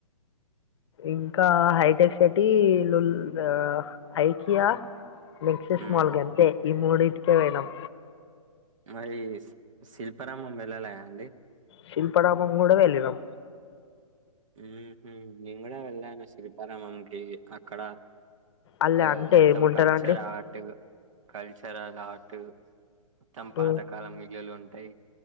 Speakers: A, on the left (about 50°); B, on the right (about 60°).
A: ఇంకా హైటెక్ సిటీ లుల్ ఆ ఐకియా నెక్సెస్
B: హ్మ్.
A: మాల్ గంతే ఈ మూడిటికే పోయినం
B: మరి శి శిల్పారామం వెళ్ళలే అండి
A: శిల్పరామం కూడా వెళ్ళినం
B: ఉహు నెన్ గుడ వెళ్ళాను శిల్పారామంకి అక్కడ
A: అల్ల
B: ఏ
A: అంటే
B: మొత్తం
A: ఏముంటది
B: కల్చర్
A: అండి
B: ఆట్ కల్చరల్ ఆర్ట్ మొత్తం పాతకాల
A: ఉమ్,
B: మిల్లులు ఉంటాయి